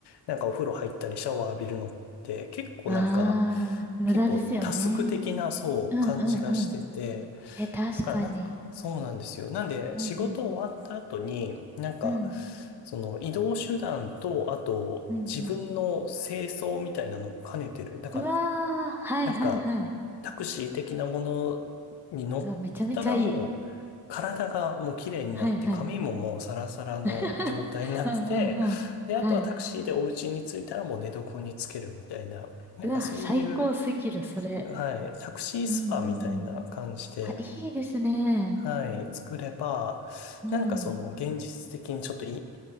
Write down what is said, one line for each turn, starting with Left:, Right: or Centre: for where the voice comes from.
Left: なんかお風呂入ったりシャワー浴びるのって結構なんか、
Centre: ああ、無駄ですよね。
Left: 結構タスク的なそう感じがしてて、
Centre: うんうんうん。え、確かに。
Left: だからなんか、そうなんですよ。なんで、
Centre: うんうん。
Left: 仕事終わった後に、なんか、
Centre: うん。
Left: その移動手段と、あと、
Centre: うんうん。
Left: 自分の清掃みたいなのも兼ねてる。だか
Centre: うわー、はいはいはい。
Left: ら、なんか、タクシー的なものに乗ったらもう、
Centre: うわ、めちゃめちゃいい。
Left: 体がもう綺麗になって、
Centre: はいはい。
Left: 髪ももうサラサラの状態になって、
Centre: <laughs> うんうんうん。
Left: で、
Centre: はい。
Left: あとはタクシーでお家に着いたらもう寝床につけるみたいな、なんかそういう、
Centre: うわ、最高すぎる、それ。
Left: はい、タクシースパみたいな感じで、
Centre: うんうんうん。あ、いいですね。
Left: はい、作れば、
Centre: うん。
Left: なんかその現実的にちょっとい、